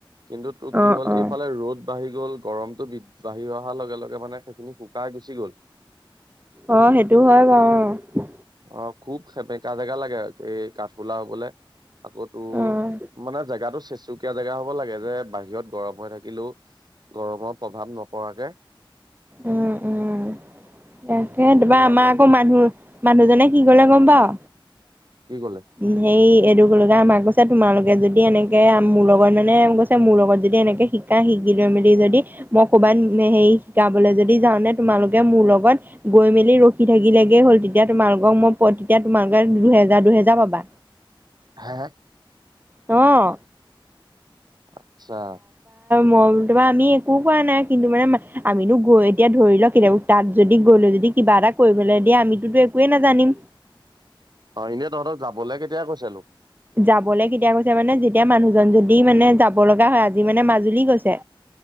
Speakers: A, on the right (about 50°); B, on the right (about 20°).
A: কিন্তু তোৰ
B: অ'
A: কি হ'ল
B: অ'
A: এইফালে ৰ'দ বাঢ়ি গ'ল। গৰমটো বাঢ়ি অহাৰ লগে-লগে মানে সেইখিনি শুকাই গুচি গ'ল।
B: অ, সেইটো হয় বাৰু অ'।
A: অ' খুব সেমেকা জেগা লাগে আৰু এই কাঠফুলা হ'বলে। আকৌ তোৰ
B: উম
A: মানে জেগাতটো চেচ চুকীয়া জেগা হ'ব লাগে যে বাহিৰত গৰম হৈ থাকিলেও গৰমৰ প্ৰভাৱ নপৰাকে।
B: উম-উম
A: অ'
B: তাকে ত
A: মোৰ
B: বা আমাৰ আকৌ
A: সেই
B: মানুহ মানুহজনে কি কলে গম পাৱ
A: কি ক'লে
B: উ সেই এইটো লগে আমাক কৈছে তোমালোকে যদি এনেকে মোৰ লগত মানে কৈছে মোৰ লগত যদি এনেকে শিকা শিক লৈ মেলি যদি মই ক'বাত হেৰি শিকাবলৈ যদি যাওঁ নে তোমালোকে মোৰ লগত গৈ মেলি ৰখি থাকিলেগে হ'ল তেতিয়া তোমালোকক মই তেতিয়া তোমালোকে দুহেজা- দুহেজাৰ য পাবা
A: হে
B: আহ
A: আচ্ছা
B: মই তোমা আমি একো কোৱা নাই, কিন্তু মানে আমিনো গৈ এতিয়া ধৰি ল কেতিয়াবা তাত যদি গলো যদি কিবা এটা কৰিবলে দিয়া আমিতোতো একোৱেই নাজানিম
A: অ এনেই তহঁতক যাবলে কেতিয়া কৈছে নো।
B: যাবলৈ কেতিয়া কৈছে মানে যেতিয়া মানুহজন যদি মানে যাব লগা হয় আজি মানে মাজুলী গৈছে।